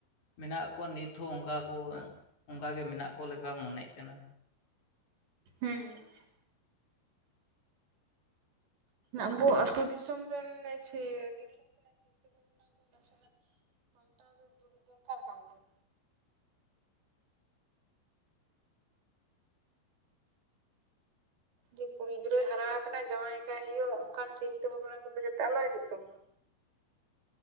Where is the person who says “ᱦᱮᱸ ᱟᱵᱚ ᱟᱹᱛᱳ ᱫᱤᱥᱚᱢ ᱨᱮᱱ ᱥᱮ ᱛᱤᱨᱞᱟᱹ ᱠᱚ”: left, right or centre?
Right